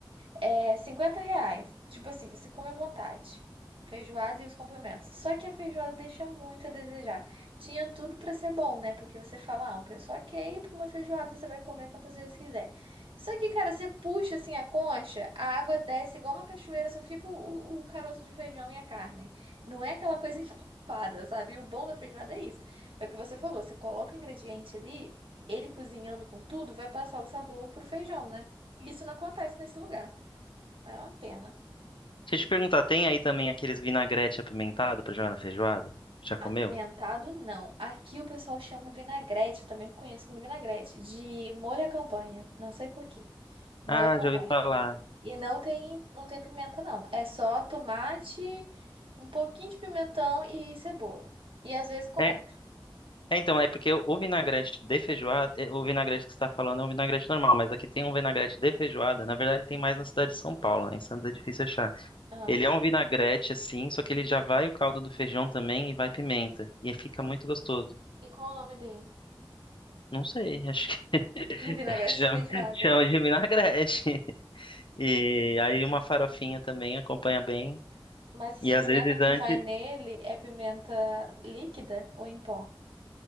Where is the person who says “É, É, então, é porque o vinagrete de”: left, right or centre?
Left